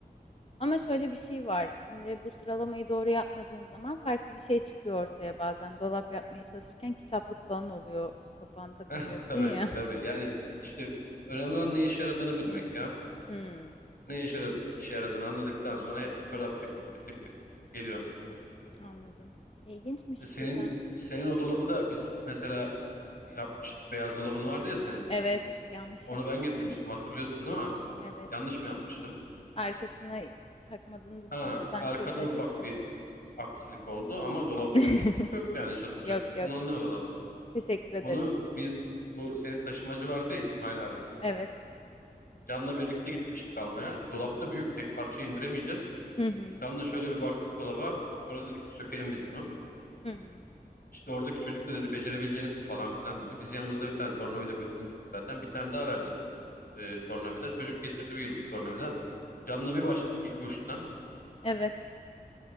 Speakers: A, on the left; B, on the left.
A: Ama şöyle bir şey var. Şimdi bu sıralamayı doğru yapmadığın zaman farklı bir şey çıkıyor ortaya bazen. Dolap yapmaya çalışırken kitaplık falan oluyor. Kapağını takamıyorsun
B: <laughs> Tabii
A: ya.
B: tabii yani işte önemli olan ne işe yaradığını bilmek ya.
A: <laughs> Hı.
B: Ne işe, yara- işe yaradığını anladıktan sonra hepsi çorap söküğü gibi tık tık tık tık geliyor.
A: Anladım. İlginçmiş,
B: E, Senin
A: güzel.
B: senin o dolabı da biz mesela yapmıştık. Beyaz dolabın vardı ya senin.
A: Evet, yanlış
B: Onu
A: yapmıştım.
B: ben getirmiştim hatırlıyorsun değil mi?
A: Evet.
B: Yanlış mı yapmıştım?
A: Arkasına takmadığını da
B: Ha,
A: sonradan
B: arkada
A: çiviledik
B: ufak
A: ya.
B: bir aksilik oldu ama dolapta
A: <laughs>
B: bir sıkıntı yok yani çatır çatır
A: Yok yok.
B: kullanılıyor dolap.
A: Teşekkür ederim.
B: Onu biz bu senin taşımacı vardı ya İsmail abi.
A: Evet.
B: Can'la birlikte gitmiştik almaya. E, dolapta büyük tek parça indiremeyeceğiz.
A: Hı hı.
B: Can'la şöyle bir baktık dolaba. Sonra dedik ki sökelim biz bunu.
A: Hı hı.
B: İşte oradaki çocuk da dedi becerebileceğiniz mi falan filan dedi. Biz yanımızda bir tane tornavida götürmüştük zaten. Bir tane daha ver dedik e, tornavida. Çocuk getirdi bir yıldız tornavida. Canla bir başladık ilk uçtan.
A: Evet.